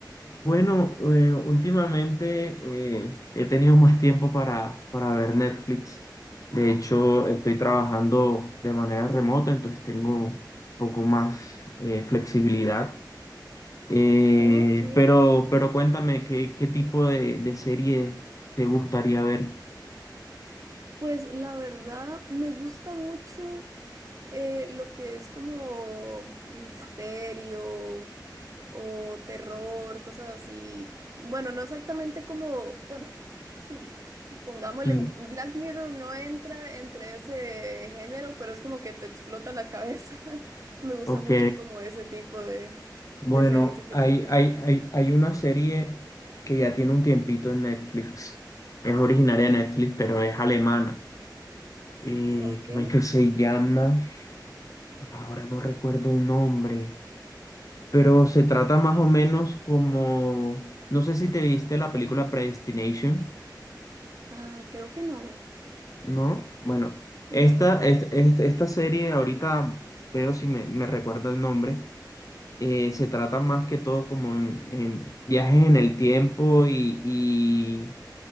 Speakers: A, on the left (about 50°); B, on the right (about 45°).
A: Bueno, eh, últimamente eh, he tenido más tiempo para, para ver Netflix. De hecho, estoy trabajando de manera remota, entonces tengo un poco más eh, flexibilidad. Eh,
B: Ok,
A: pero, pero cuéntame, ¿qué, qué tipo de, de serie te gustaría ver?
B: pues la verdad me gusta mucho. eh, lo que es como misterio o terror, cosas así. Bueno, no exactamente como, bueno, sí, pongámosle,
A: Mm,
B: Black Mirror no entra entre ese género, pero es como que te explota la cabeza. <laughs> Me gusta
A: Ok.
B: mucho como ese tipo de,
A: Bueno,
B: de series y películas.
A: hay, hay, hay, hay una serie que ya tiene un tiempito en Netflix. Es originaria de Netflix, pero es alemana. Eh,
B: Ok.
A: ¿cómo es que se llama? Ahora no recuerdo el nombre. Pero se trata más o menos como... No sé si te viste la película Predestination,
B: Ah, creo que no.
A: ¿no? Bueno, esta,
B: No.
A: es- es- esta serie ahorita veo si me, me recuerdo el nombre. eh, se trata más que todo como en, en viajes en el tiempo y, y